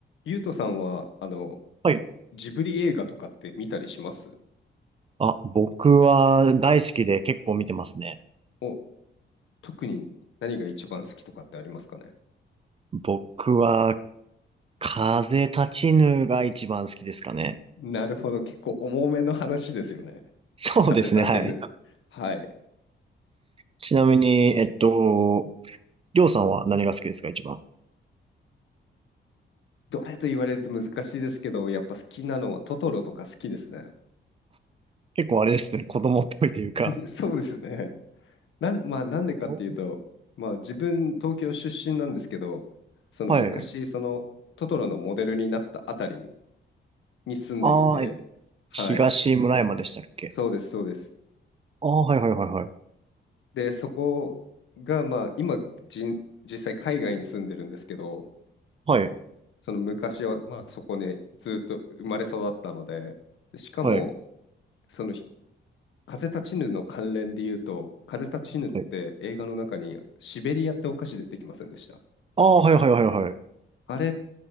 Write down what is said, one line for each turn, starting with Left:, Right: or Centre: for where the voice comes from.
Left: ゆうとさんは、あの、
Right: はい。
Left: ジブリ映画とかって見たりします
Right: あ、僕は大好きで結構見てますね。
Left: お、特に何が一番好きとかってありますかね
Right: 僕は、風立ちぬが一番好きですかね。
Left: なるほど、結構重めの話ですよね。
Right: そうですね、
Left: 風立ちぬ。
Right: はい。
Left: はい。
Right: ちなみに、えっと、りょうさんは何が好きですか、一番。
Left: どれと言われると難しいですけど、やっぱ好きなのはトトロとか好きですね。
Right: 結構あれですね、子供っぽいというか。
Left: <laughs> そうですね。なん、まあ、なんでかっていうと、
Right: お
Left: まあ、自分、東京出身なんですけど、その昔、
Right: はい。
Left: そのトトロのモデルになったあたりに住んでいて、
Right: ああ、え
Left: はい。
Right: 東村山でしたっけ
Left: そうです、そうです。
Right: ああはいはいはいはい。
Left: で、そこが、まあ、今じん、実際海外に住んでるんですけど、
Right: はい、
Left: その昔は、まあ、そこにずっと生まれ育ったので、で、しかも、
Right: はい、
Left: その風立ちぬの関連で言うと、風立ちぬって映画の中にシベリアってお菓子出てきませんでした。
Right: はい。ああ、はいはいはいはい。
Left: あれ